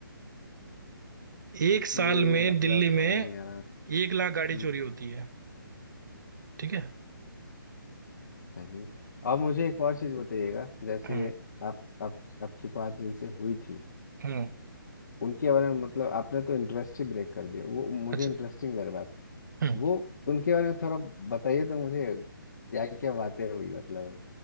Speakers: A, on the right (about 55°); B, on the left (about 55°).
A: एक साल
B: ये
A: में
B: मतलब
A: दिल्ली
B: समझ
A: में
B: नहीं आ रहा
A: एक लाख
B: हम्म
A: गाड़ी चोरी होती है ठीक है
B: चलिए अब मुझे एक और चीज़ बताइएगा जैसे
A: हम्म
B: आप आप आपकी बात जिनसे हुई थी
A: हम्म
B: उनके बारे में मतलब आपने तो इंटरेस्ट ही ब्रेक कर दिया वो मुझे
A: अच्छा
B: इंटरेस्टिंग लग रहा था
A: हम्म
B: वो उनके बारे में थोड़ा बताइए तो मुझे क्या क्या बातें हुई मतलब